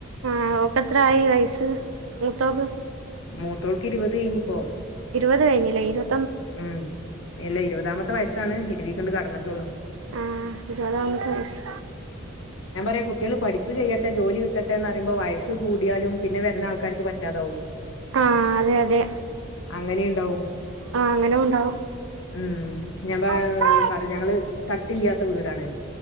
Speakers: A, on the right; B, on the left.
A: ആഹ് ഓക്ക് എത്ര ആയി വയസ്സ്? മൂത്തോക്ക്?
B: മൂത്തോൾക്ക് ഇര്‌വെത് കെഴ്ഞ്ഞ് ഇപ്പോ
A: ഇര്‌വെത് കഴിഞ്ഞ് ലെ ഇര്‌വെ
B: ഉം ഇല്ല ഇര്‌വതാമത്തെ വയസ്സാണ് ഇര്‌വീക്ക് ഇണ്ട് കട്ന്ന്ട്ടൊള്ളു
A: ആഹ് ഇര്‌വതാമത്തെ വയസ്സ്
B: ഞാൻ പറയാ കുട്ടിയാൾ പഠിപ്പ് കയ്യട്ടെ ജോലി കിട്ടട്ടേന്ന് പറിയിമ്പം വയസ്സ് കൂടിയാലും പിന്നെ വെര്ന ആൾക്കാർക്ക് പറ്റാതാവും
A: ആഹ് അതെ അതെ
B: അങ്ങനിം ഇണ്ടാവും
A: ആഹ് അങ്ങനെ ഉണ്ടാവും
B: ഉം ഞാൻ പറ
A: ആഹ്
B: പറിം ഞങ്ങെൾ തട്ട് ഇല്ലാത്ത വീടാണ്